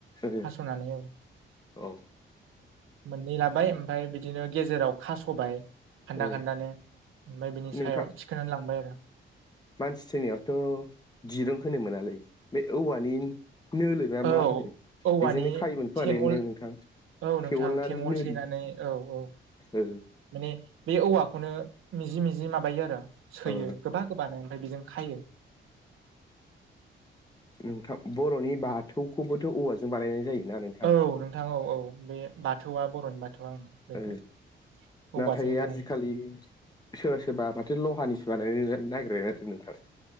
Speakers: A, on the left (about 20°); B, on the right (about 80°).
A: ओ
B: हासनानै औ
A: औ
B: मोननै लाबाय ओमफफ्राय बिदिनो गेजेराव खासबाय खान्दा
A: ओ
B: खान्दानो ओमफ्राय बिनि
A: नोंथां
B: सायाव थिखोनानै लांबाय आरो
A: मानसि थनिावथ दिरुं होनोमोनालै बे औवानि नोलो ना
B: औ
A: मा होनो
B: औवानि
A: बेजोंनो खायोमोन खोमालै
B: थेंगल
A: ना नोंथां
B: औ
A: थेवोल
B: नोंथां
A: ना
B: थेंगल
A: नोलो
B: सैनानै औ औ
A: ओ
B: माने बे औवाखौनो मिजि मिजि माबायो आरो सोयो
A: ओ
B: गोबा गोबानो ओमफ्राय बेजों खायो
A: नोंथां बर'नि बाथौखौबोथ औवाजों बानायनाय जायो ना नों
B: औ नोंथां औ औ बे बाथौआ बर'नि बाथौआ ओं बेखौ
A: ओ
B: औवाजों
A: नाथाय
B: बानायो
A: आजिखालि सोरबा सोरबा माथो लहानिसो बानायनो नागिरबायमाथो नोंथां